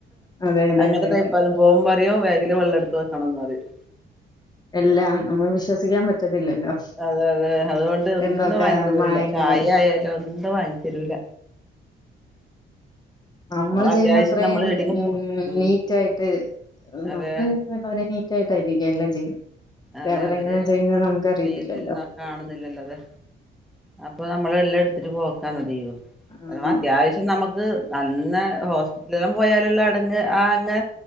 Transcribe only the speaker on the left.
അതെ അതെ
അതെ
അതെ
എല്ലാം നമ്മക്ക് വിശ്വസിക്കാൻ പറ്റത്തില്ലല്ലോ
എന്തൊക്കെ
മായങ്ങള്
നമ്മൾ
ചെയ്യുന്ന
അത്രയും
ഉ
നീറ്റ ആയിട്ട്
നമ്മൾരെ കേട്ടായിരിക്ക എല്ലാം ചെയ്യുന്നത്
അവരെങ്ങനാ
ചെയ്യുന്നത് നമുക്ക് അറിയത്തില്ലല്ലോ
ആഹ്